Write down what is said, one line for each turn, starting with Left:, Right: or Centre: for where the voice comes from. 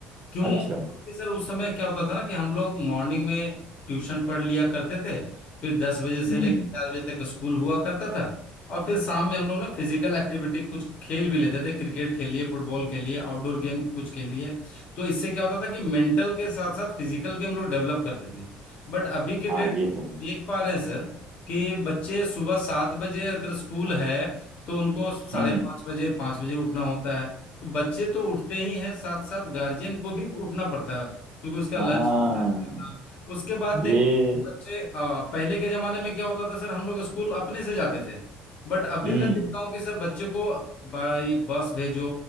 Left: क्यों
Right: अच्छा
Left: क्योंकि सर उस समय क्या होता था ना कि हम लोग मॉर्निंग में ट्यूशन पढ़ लिया करते थे फिर दस बजे से
Right: हम्म
Left: लेकर चार बजे तक स्कूल हुआ करता था और फिर शाम में हम लोग ना फिजिकल एक्टिविटी कुछ खेल भी लेते थे क्रिकेट खेल लिए फुटबॉल खेल लिए आउटडोर गेम कुछ खेल लिए तो इससे क्या होता था कि मेंटल के साथ साथ फिजिकल भी हम लोग डेवलप करते थे बट अभी के
Right: हाँ
Left: डेट
Right: ये तो है
Left: देख पा रहे हैं सर कि बच्चे सुबह सात बजे अगर स्कूल है तो उनको साढ़े
Right: हम्म
Left: पाँच बजे पाँच बजे उठना होता है तो बच्चे तो उठते ही हैं साथ साथ गार्जियन को भी उठना पड़ता है क्योंकि उसका
Right: हाँ
Left: लंच तैयार करना उसके बाद
Right: ये
Left: देखो बच्चे अ, पहले के जमाने में क्या होता था सर हम लोग स्कूल अपने से जाते थे बट अभी
Right: हम्म
Left: का देखता हूँ कि सर बच्चे को बाई बस भेजो